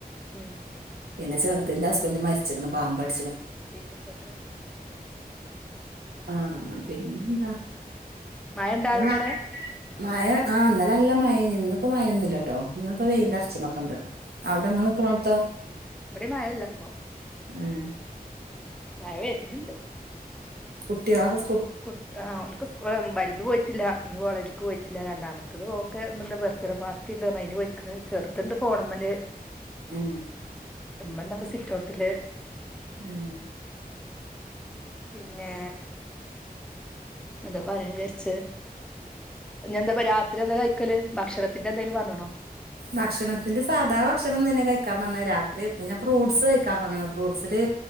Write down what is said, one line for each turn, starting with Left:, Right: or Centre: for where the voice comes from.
Centre: ഉം
Right: പിന്നെ ചെറുതിന്റെ ഹസ്ബന്റ് മരിച്ചേക്കണ് പാമ്പ് ക
Centre: പിന്നെന്തൊക്കെ
Right: ആഹ് പിന്നെന്താ
Centre: മഴയിണ്ടോ
Right: ഇപ്പൊ
Centre: <unintelligible>
Right: മ മഴ ആഹ് ഇന്നലെ നല്ല മഴയായിനി ഇന്നിപ്പോ മഴയൊന്നുമില്ല കേട്ടോ ഇന്നിപ്പോ വെയില്
Centre: ഉം
Right: <unintelligible> അവിടെ
Centre: ഉം
Right: നിങ്ങൾ നിക്കണത്തോ
Centre: ഇവിടെ മഴയില്ലപ്പൊ
Right: ആഹ്
Centre: മഴ വരുന്നുണ്ട്
Right: കുട്ടിയാള്ക്കെ സ്ക്
Centre: കു ഓൾക്ക് വലുത്പോയിട്ടില്ല ഇന്ന് കോളേജക്ക് പോയി ല് രണ്ടാമത്തത് ഓക്ക് എന്ത് ബർത്ത്ഡേ പാർട്ടി ഉണ്ടോ അതിന് പോയിക്കണ് ചെറുതുണ്ട് ഫോണമ്മല്
Right: ഹേ
Centre: ഇമ്മണ്ട് അവിടെ സിറ്റൗട്ടില്
Right: ഏഹ്
Centre: പിന്നെ എന്താ പറയ വിജാരിച്ചേ ഞെന്താ രാത്രി എന്താ കഴിക്കല് ഭക്ഷണത്തിന്റെ എന്തേിലും പറഞ്ഞണോ?
Right: ഭക്ഷണത്തിന്റെ സാധാ ഭക്ഷണം തന്നെ കഴിക്കാൻ പറഞ്ഞത് രാത്രി പിന്നെ ഫ്രൂട്ട്സ് കഴിക്കാൻ പറഞ്ഞണ് ഫ്രൂ്സില്